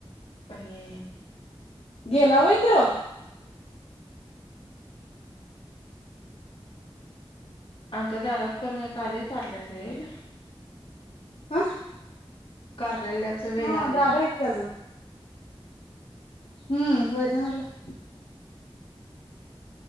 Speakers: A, on the left (about 60°); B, on the left (about 80°).
A: आणि
B: गेला वई तो.
A: आमच्या दारात पण एक आलंय कारल्याच वेल.
B: हा,
A: कारल्याचं वेल
B: हा
A: आले
B: दादा आहेत कि अजून. हा <unintelligible>